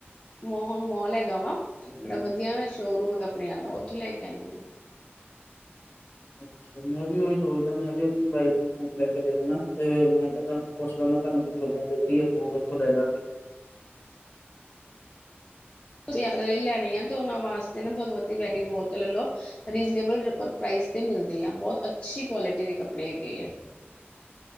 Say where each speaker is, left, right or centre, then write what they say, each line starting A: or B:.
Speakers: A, on the left; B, on the left.
A: ਮੋਹਨ ਮੌਲ ਹੈਗਾ ਵਾ,
B: ਹਮ,
A: ਬੜਾ ਵਧੀਆ ਸ਼ੋਅਰੂਮ ਆ ਕਪੜਿਆਂ ਦਾ, ਉੱਥੋਂ ਲੈਕੇ ਆਂਨੀ ਆ।
B: ਅੱਛਾ। ਮੈਂ ਵੀ ਉਹੀ ਸੋਚਦਾ, ਮੈਂ ਵੀ ਆਪਣੀ ਵਾਈਫ ਨੂੰ ਸੂਟ ਲੈਕੇ ਦੇਣੇ ਨਾ, ਤੇ ਮੈਂ ਕਿਹਾ ਤੁੂੰ ਪੁੱਛ ਲੈਨਾ ਤੁਹਾਨੂੰ ਕਿੱਥੋਂ ਮਿਲਦੇ ਵਧੀਆ ਸੂਟ, ਉੱਥੋਂ ਲੈਲਾਂਗੇ।
A: ਯਾਤਰੇ ਲਈ ਲੈਣੇ ਆ, ਤੇ ਉਹਨਾਂ ਵਾਸਤੇ ਨਾ ਭਗਵਤੀ ਵੈਡਿੰਗ ਮੋਲ ਤੇ ਲੈਲੋ। ਰੀਜ਼ਨੇਬਲ ਪ੍ਰਾਈਸ ਤੇ ਮਿਲਦੇ ਆ, ਬਹੁਤ ਅੱਛੀ ਕੁਆਲਿਟੀ ਦੇ ਕੱਪੜੇ ਹੈਗੇ ਆ।